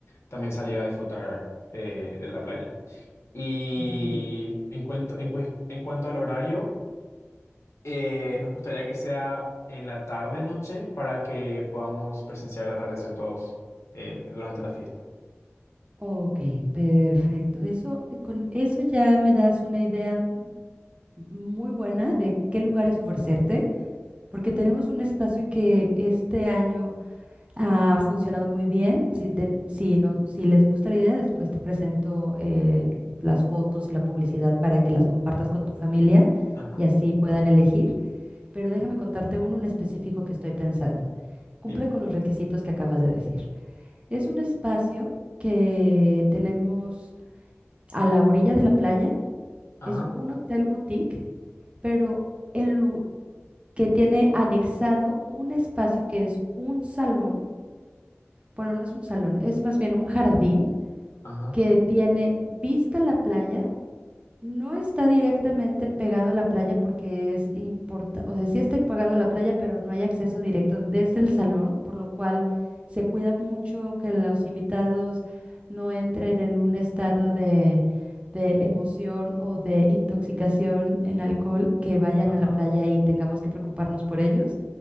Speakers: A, on the left; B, on the right.
A: también salir a disfrutar eh, de la playa. Y
B: ujú.
A: en cuanto, en, cues- en cuanto al horario, eh, nos gustaría que sea en la tarde, noche, para que podamos presenciar el atardecer todos eh, durante la fiesta.
B: Ok, perfecto. Eso, eh, con eso ya me das una idea muy buena de qué lugares ofrecerte, porque tenemos un espacio que este año ha funcionado muy bien. Si, ten- si, no, si les gusta la idea, después te presento eh, las fotos y la publicidad para que las compartas con tu familia
A: Ajá,
B: y así puedan elegir. Pero déjame contarte uno en específico que estoy pensando. cumple
A: dime.
B: con los requisitos que acabas de decir. Es un espacio que tenemos a la orilla de la playa,
A: Ajá,
B: es un hotel boutique, pero el lu- que tiene anexado un espacio que es un salón, bueno, no es un salón, es más bien un jardín
A: ajá.
B: que tiene vista a la playa No está directamente pegado a la playa porque es importa, o sea, sí está pegado a la playa, pero no hay acceso directo desde el salón, por lo cual se cuida mucho que los invitados no entren en un estado de, de emoción o de intoxicación en alcohol, que vayan
A: Ajá.
B: a la playa y tengamos que preocuparnos por ellos.